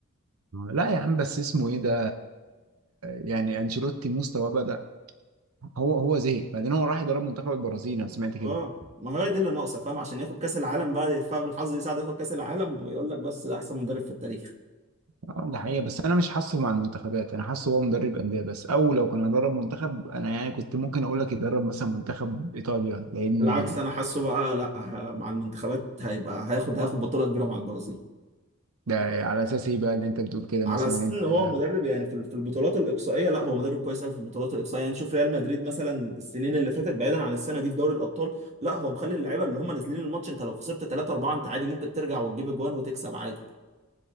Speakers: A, on the right; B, on the right.
A: لا يا عم بس اسمه ايه ده يعني انشيلوتي مستواه بدأ هو هو زهق بعدين هو راح يدرب منتخب البرازيل انا سمعت كده
B: اه ما هي دي اللي ناقصه فاهم عشان ياخد كاس العالم بقى فاهم الحظ يساعده ياخد كاس العالم ويقول لك بس ده احسن مدرب في التاريخ
A: آه، ده حقيقة بس أنا مش حاسه مع المنتخبات أنا حاسه هو مدرب أندية بس أو لو كان هيدرب منتخب أنا يعني كنت ممكن أقول لك يدرب مثلا منتخب إيطاليا لأني
B: بالعكس انا حاسه بقى لا ه- مع المنتخبات هيبقى هياخد هياخد بطوله كبيره مع البرازيل
A: ده على أساس إيه بقى اللي أنت بتقول كده
B: على
A: مثلا
B: اساس
A: أنت
B: ان هو
A: آه،
B: مدرب يعني في في البطولات الاقصائيه لا هو مدرب كويس قوي في البطولات الاقصائيه يعني شوف ريال مدريد مثلا السنين اللي فاتت بعيدا عن السنه دي في دوري الابطال لا هو مخلي اللعيبه اللي هم نازلين الماتش انت لو خسرت 3 4 انت عادي ممكن ترجع وتجيب اجوان وتكسب عادي